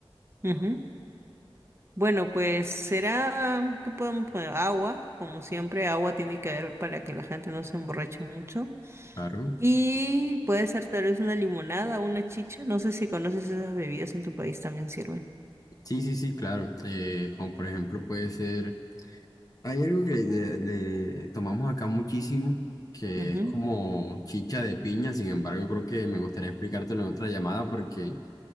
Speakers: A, on the right; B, on the left.
A: Ujú. Bueno, pues será, ¿qué podemos poner? Agua, como siempre, agua tiene que haber para que la gente no se emborrache mucho.
B: claro.
A: Y puede ser tal vez una limonada, una chicha. No sé si conoces esas bebidas en tu país también sirven.
B: Sí, sí, sí, claro. Eh, como por ejemplo puede ser, hay algo que le, le tomamos acá muchísimo, que
A: Ujú.
B: es como chicha de piña, sin embargo, creo que me gustaría explicártelo en otra llamada porque...